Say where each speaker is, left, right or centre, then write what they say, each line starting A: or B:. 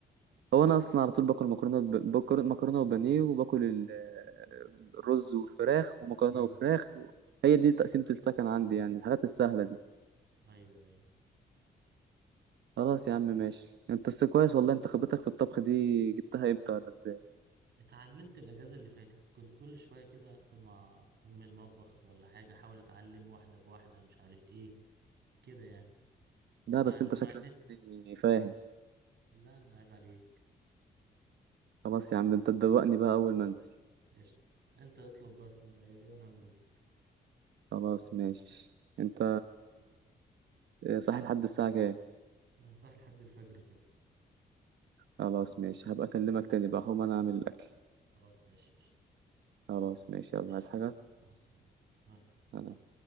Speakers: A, on the right; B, on the right.
A: هو انا اصلا على طول باكل مكرونه ب... باكل مكرونه وبانيه وباكل ال- الرز وفراخ ومكرونه
B: امم
A: وفراخ و... هي دي تقسيمه السكن عندي يعني الحاجات السهله دي
B: ايوه ايوه
A: خلاص يا عم ماشي انت بس كويس والله انت خبرتك في الطبخ دي جبتها امتى ولا ازاي
B: اتعلمت الأجازة اللي فاتت كنت كل شوية كده أدخل مع أم المطبخ ولا حاجة أحاول أتعلم واحدة بواحدة مش عارف إيه كده يعني
A: لا
B: مع
A: بس انت
B: مع
A: شكلك
B: النت
A: يعني فاهم
B: لا أنا عيب عليك
A: خلاص يا عم ده انت تدوقني بقى اول ما انزل
B: قشطة أنت اطلب بس أنت عايز إيه وأنا أعملهولك
A: خلاص ماشي انت صحي لحد الساعة كام
B: أنا صاحي لحد الفجر كده
A: خلاص ماشي هبقى اكلمك تاني بقى هقوم انا اعمل الاكل
B: خلاص ماشي قشطة
A: خلاص ماشي
B: ماشي
A: يلا عايز حاجة
B: مع السلامة مع السلامة
A: سلام.